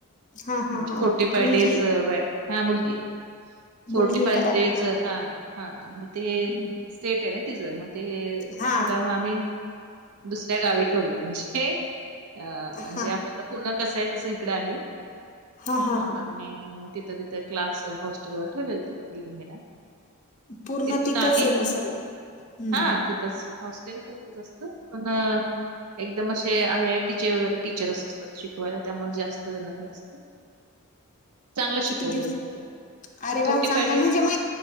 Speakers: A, on the left; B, on the right.
A: हा
B: म्हणजे
A: हा हा
B: फोर्टी फाय
A: मुलगी
B: डेज व्या हा मुलगी आहे. फोर्टी
A: मुलगी आहे
B: फईव
A: का दहावीला
B: डेज हा हा मग ते
A: हम्म.
B: स्टेट आहे ना तिचं, मग ते
A: हा
B: तिला मग आम्ही दुसऱ्या गावी ठेवलेलं म्हणजे, अ म्हणजे
A: हा
B: आपल्याकडे पुणं कसं आहे. तसं इकड आहे
A: हा हा हा
B: आणि मग तिथं तिथं क्लास हॉस्टेल वर, ठेवलेलं तिला दीड महिना.
A: पूर्ण
B: तिथून
A: तिथंच
B: आली
A: आहे, मग सगळं हम?
B: हा तिथंच हॉस्टेल टाईपच असत पण अ एकदम असे आय आय टीचे वगैरे टीचरस असतात शिकवायला त्यामुळं जास्त त्यांना हे असतं चांगलं शिकवलेलं
A: किती दिवस
B: मग ते.
A: अरे वा
B: फोर्टी
A: चांगला
B: फाय
A: म्हणजे
B: डेज
A: म